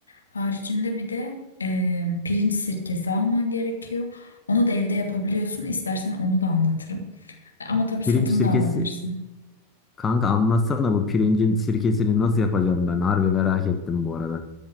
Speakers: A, on the left; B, on the left.
A: Haricinde bir de e, pirinç sirkesi alman gerekiyor. Onu da evde yapabiliyorsun. İstersen onu da anlatırım. Ama tabii satın
B: Pirinç sirkesi.
A: da alabilirsin.
B: Kanka anlatsana bu pirincin sirkesini nasıl yapacağım ben? Harbi merak ettim bu arada.